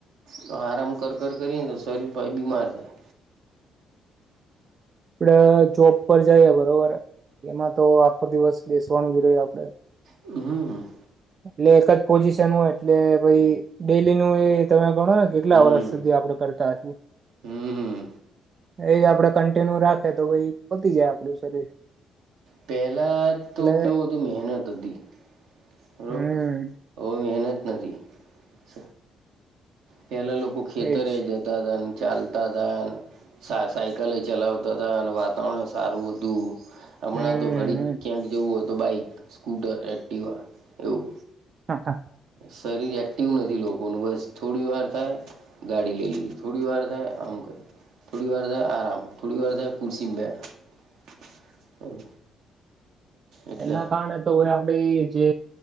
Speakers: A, on the right (about 65°); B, on the right (about 45°).
A: તો આરામ કર કર કરીએ ને તો શરીર પાછું બીમાર થાય.
B: આપડે જોબ પર જાઇએ બરોબર હે. એમાં તો આખો દિવસ બેસવાનું જ રે આપણે.
A: હમ
B: એટલે એક જ પોઝિશન હોય એટલે ભાઈ ડેલીનું એ તમે ઘણાય કેટલા
A: હમ
B: વર્ષ સુધી આપડે કરતા હશું.
A: હમ
B: એ આપડે કન્ટિન્યુ રાખે તો ભાઈ પતી જાય આપડું શરીર.
A: પહેલા તો
B: એટલે
A: કેવું હતું મહેનત હતી. બરાબર
B: હમ
A: હવે મહેનત નથી. સ પેલાં લોકો ખેતરે
B: એજ
A: જતા તાન. ચાલતા તાને, સા સાયકલે ચલાવતા તાને, વાતાવરણે સારું હતું. હમણાં
B: હમ
A: તો ઘડીક ક્યાંક જવું હોય તો બાઈક, સ્કૂટર, એક્ટિવા એવું.
B: હા હા
A: શરીર એક્ટિવ નથી લોકોનું બસ. થોડી વાર થાય ગાડી લઈ લીએ. થોડી વાર થાય આમ કરી. થોડી વાર થાય આરામ, થોડી વાર થાય ખુરશીમાં બેઠા. એટલે
B: એના કારણે તો આપડી જે